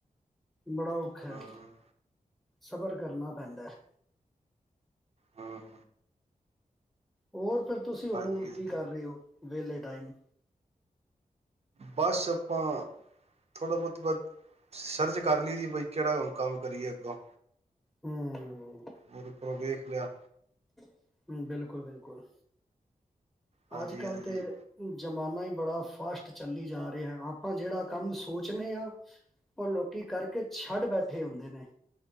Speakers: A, in the centre; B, on the right.
A: ਬੜਾ ਔਖਾ ਹੈ
B: ਹਮ
A: ਸਬਰ ਕਰਨਾ ਪੈਂਦਾ ਹੈ
B: ਹਮ
A: ਹੋਰ ਫਿਰ ਤੁਸੀਂ ਹੁਣ
B: ਹਾਂਜੀ ਹਾਂਜੀ
A: ਕੀ ਕਰ ਰਹੇ ਹੋ ਵੇਹਲੇ ਟਾਈਮ
B: ਬਸ ਆਪਾਂ ਥੋੜ੍ਹਾ ਬਹੁਤ ਬ ਸਰਚ ਕਰ ਲਈ ਦੀ ਬਈ ਕਿਹੜਾ ਹੁਣ ਕੰਮ ਕਰੀਏ ਅੱਗੋਂ
A: ਹੂੰ
B: ਉਹਦੇ <unintelligible> ਗਿਆ
A: ਹਮ ਬਿਲਕੁਲ ਬਿਲਕੁਲ
B: ਹਾਂਜੀ
A: ਅੱਜ ਕੱਲ
B: ਹਾਂਜੀ
A: ਤੇ ਜ਼ਮਾਨਾ ਹੀ ਬੜਾ ਫਾਸਟ ਚੱਲੀ ਜਾ ਰਿਹਾ ਆਪਾਂ ਜਿਹੜਾ ਕੰਮ ਸੋਚਦੇ ਹਾਂ ਉਹ ਲੋਕੀ ਕਰਕੇ ਛੱਡ ਬੈਠੇ ਹੁੰਦੇ ਨੇ